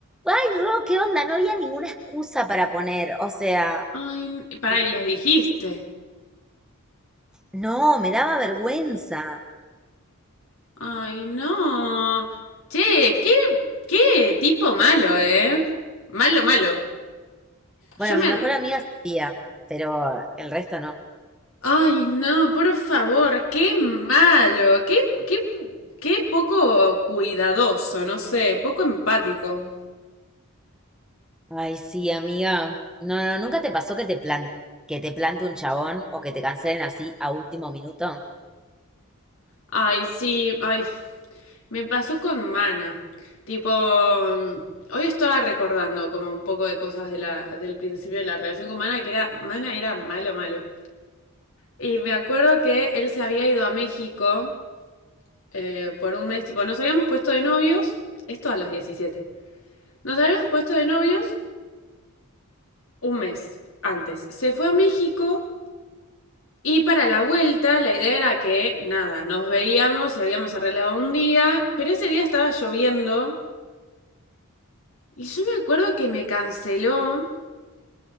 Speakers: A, in the centre; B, on the left.
A: Ay, Ro, ¿qué onda? No había ninguna excusa para poner. O sea,
B: Ay, n- y para, y les dijiste.
A: no, me daba vergüenza.
B: Ay, no. Che, qué, qué tipo malo, ¿eh? Malo, malo.
A: Bueno,
B: Yo me...
A: mi mejor amiga sabía, pero el resto no.
B: Ay, no, por favor, qué malo, qué, qué, qué poco cuidadoso, no sé, poco empático.
A: Ay, sí, amiga. No, no, ¿nunca te pasó que te plan- que te plante un chabón o que te cancelen así a último minuto?
B: Ay, sí, ay, me pasó con Mana. Tipo, hoy estaba recordando como un poco de cosas de la, del principio de la relación con Mana, que era, Mana era malo, malo. Y me acuerdo que él se había ido a México eh, por un mes, tipo, nos habíamos puesto de novios, esto a los 17. nos habíamos puesto de novios un mes antes. Se fue a México y para la vuelta la idea era que, nada, nos veíamos y habíamos arreglado un día, pero ese día estaba lloviendo y yo me acuerdo que me canceló